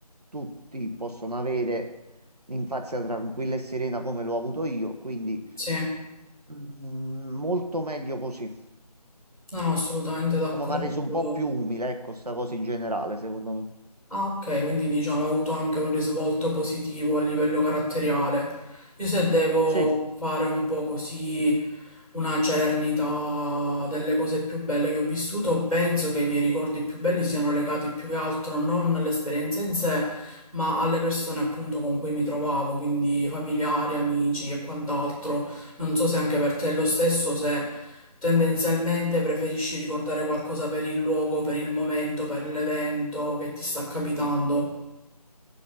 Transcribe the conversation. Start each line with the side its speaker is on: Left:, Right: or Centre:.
Right: tutti possono avere l'infanzia tranquilla e serena come l'ho avuto io, quindi
Centre: Sì, non
Right: mm, molto meglio così.
Centre: ho assolutamente d'accordo.
Right: Ma mi ha reso un po' più umile, ecco, sta cosa in generale, secondo me.
Centre: Ah, ok, quindi diciamo ha avuto anche un risvolto positivo a livello caratteriale. Io se devo
Right: Sì.
Centre: fare un po' così una cernita delle cose più belle che ho vissuto, penso che i miei ricordi più belli siano legati più che altro non all'esperienza in sé, ma alle persone appunto con cui mi trovavo, quindi familiari, amici e quant'altro. Non so se anche per te è lo stesso, se Tendenzialmente preferisci ricordare qualcosa per il luogo, per il momento, per l'evento che ti sta capitando.